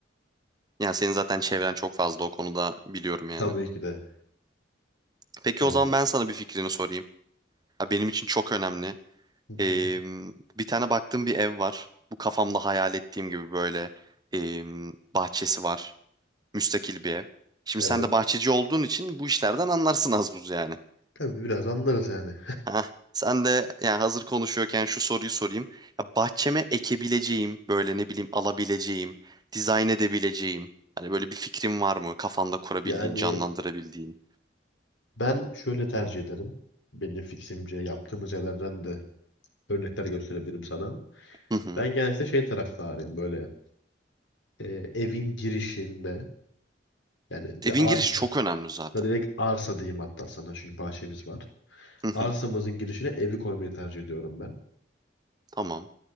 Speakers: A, on the right (about 20°); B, on the left (about 80°).
A: Yani senin zaten çevren çok fazla o konuda biliyorum yani.
B: Tabii ki de.
A: Peki
B: Yani
A: o zaman ben sana bir fikrini sorayım. Ya benim için çok önemli.
B: hı
A: Ee,
B: hı.
A: bir tane baktığım bir ev var. Bu kafamda hayal ettiğim gibi böyle ee, bahçesi var. Müstakil bir ev. Şimdi
B: evet.
A: sen de bahçeci olduğun için bu işlerden anlarsın az buz yani.
B: Tabii biraz anlarız yani.
A: Heh, sen de yani hazır konuşuyorken şu soruyu sorayım. Ya bahçeme ekebileceğim, böyle ne bileyim alabileceğim, dizayn edebileceğim. Hani böyle bir fikrin var mı? Kafanda kurabildiğin,
B: <laughs> Yani
A: canlandırabildiğin.
B: Ben şöyle tercih ederim. Benim fiksimce yaptığımız yerlerden de örnekler gösterebilirim sana.
A: Hı hı.
B: Ben genellikle şey taraftarıyım böyle e, evin girişinde yani
A: Evin
B: de arsa
A: girişi çok önemli zaten.
B: da direkt arsa diyeyim hatta sana çünkü bahçemiz var.
A: Hı
B: Arsamızın
A: hı.
B: girişine evi koymayı tercih ediyorum ben.
A: Tamam.